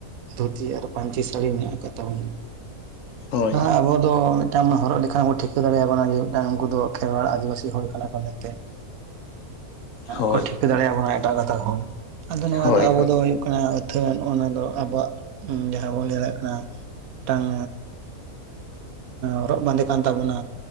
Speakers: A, on the right (about 75°); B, on the left (about 65°).
A: ᱫᱷᱩᱛᱤ ᱟᱨ ᱯᱟᱹᱧᱪᱤ ᱥᱟᱹᱲᱤ ᱢᱮᱱᱟᱜ ᱟᱠᱟᱫ ᱛᱟᱵᱚᱱ
B: ᱦᱳᱭ
A: ᱟᱨ ᱟᱵᱚ ᱫᱚ ᱢᱤᱫᱴᱟᱝ ᱦᱚᱨᱚᱜ ᱞᱮᱠᱷᱟᱱ ᱵᱚ ᱴᱷᱤᱠᱟᱹ ᱫᱟᱲᱮᱭᱟᱵᱚᱱᱟ ᱡᱮ ᱢᱤᱫᱴᱟᱝ ᱩᱱᱠᱩ ᱫᱚ ᱠᱷᱮᱨᱣᱟᱲ ᱟᱹᱫᱤᱵᱟᱹᱥᱤ ᱦᱚᱲ ᱠᱟᱱᱟ ᱠᱚ ᱢᱮᱱᱛᱮ᱾
B: ᱦᱳᱭ
A: ᱠᱚ ᱴᱷᱤᱠᱟᱹ ᱫᱟᱲᱮᱭᱟ ᱵᱚᱱᱟ ᱮᱴᱟᱜ ᱜᱟᱸᱛᱟᱠ ᱦᱚᱲ᱾ ᱟᱫᱚ ᱱᱚᱣᱟ
B: ᱦᱳᱭ
A: ᱫᱚ ᱟᱵᱚ
B: ᱦᱳᱭ
A: ᱫᱚ ᱦᱩᱭᱩᱜ ᱟᱹᱛᱷᱟᱹᱱ ᱚᱱᱟ ᱫᱚ ᱟᱵᱚᱣᱟᱜ ᱡᱟᱦᱟᱸ ᱵᱚᱱ ᱞᱟᱹᱭ ᱫᱟᱲᱮᱭᱟᱜ ᱠᱟᱱᱟ᱾ ᱢᱤᱫᱴᱟᱝ ᱦᱚᱨᱚᱜ ᱵᱟᱸᱫᱮ ᱠᱟᱱ ᱛᱟᱵᱚᱱᱟ᱾